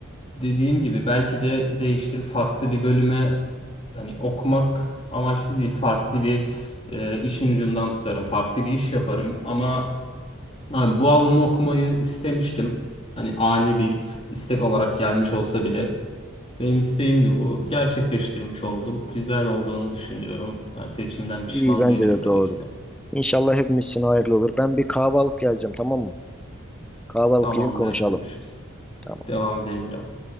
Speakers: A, on the left (about 25°); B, in the centre.
A: dediğim gibi belki de değiştirip farklı bir bölüme hani okumak amaçlı değil farklı bir e, işin ucundan tutarım farklı bir iş yaparım ama hani bu alanı okumayı istemiştim hani ani bir istek olarak gelmiş olsa bile benim isteğimdi bu gerçekleştirmiş oldum güzel olduğunu düşünüyorum yani seçimden pişman
B: iyi bence
A: değilim
B: de
A: tabii
B: doğru
A: ki de
B: İnşallah hepimiz için hayırlı olur ben bir kahve alıp geleceğim tamam mı kahve alıp
A: tamamdır
B: gelin konuşalım
A: görüşürüz
B: Tamam.
A: devam edelim biraz.